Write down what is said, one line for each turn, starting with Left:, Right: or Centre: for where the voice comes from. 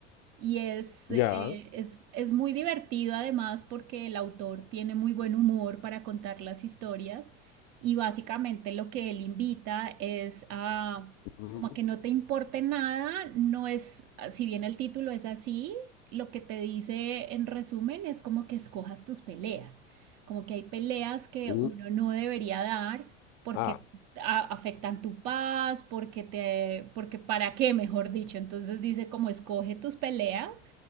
Right: Y es,
Left: Ya.
Right: eh, es, es muy divertido además porque el autor tiene muy buen humor para contar las historias y básicamente lo que él invita es a
Left: Mm,
Right: como a que no te importe nada, no es, si bien el título es así, lo que te dice en resumen es como que escojas tus peleas, como que hay peleas que
Left: mm.
Right: uno no debería dar porque
Left: Ah,
Right: a- afectan tu paz, porque te, porque para qué, mejor dicho. Entonces dice como escoge tus peleas